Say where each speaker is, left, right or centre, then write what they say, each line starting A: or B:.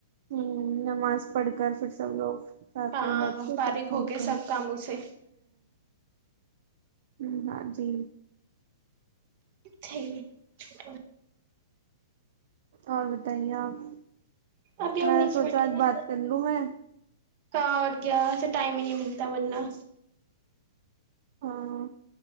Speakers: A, on the right (about 55°); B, on the right (about 40°).
A: ہوں نماز پڑھ کر پھر سب لوگ ساتھ
B: ہاں
A: میں بیٹھ کے
B: فارغ
A: تب کھاتے
B: ہوگ
A: ہیں
B: سب کاموں سے
A: ہ ہاں جی
B: ٹھیک ہے
A: اور بتائیے آپ
B: ابھی ہم
A: میں
B: نیچے
A: سوچا
B: بیٹھے
A: آج
B: ہیں
A: بات کر لوں میں
B: ہاں اور کیا اسے ٹائم ہی نہیں ملتا مرنا
A: ہاں